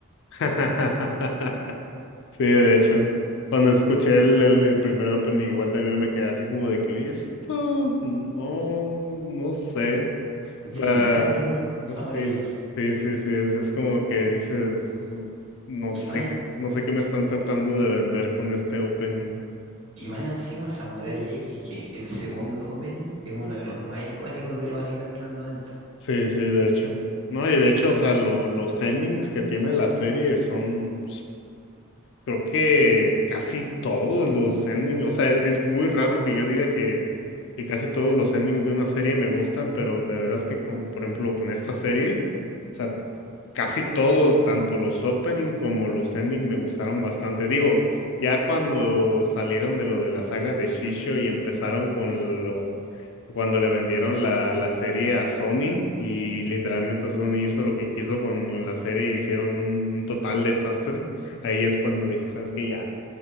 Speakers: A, on the left; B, on the right.
A: <laughs> Sí, de hecho, cuando escuché el, el, el primer opening igual también me quedé así como de que, oye, esto no, no sé.
B: No tiene
A: O sea,
B: nada que ver con
A: pues
B: Samurai
A: sí,
B: X.
A: sí, sí, sí, es, es como que dices, no
B: Y
A: sé,
B: más,
A: no sé qué me están tratando de vender con este opening.
B: y más encima, Samurai X, que el segundo opening es uno de los más icónicos de los animes de los noventa
A: Sí, sí, de hecho. No, y de hecho, o sea, lo- los endings que tiene la serie son Creo que casi todos los endings, o sea, e- es muy raro que yo diga que, que casi todos los endings de una serie me gustan, pero de veras que, con, por ejemplo, con esta serie, o sea, Casi todos, tanto los opening como los ending, me gustaron bastante. Digo, ya cuando salieron de lo de la saga de Shisho y empezaron con lo, cuando le vendieron la, la serie a Sony y literalmente Sony hizo lo que quiso con, con la serie y hicieron un, un total desastre. Ahí es cuando dije, ¿sabes qué? Ya,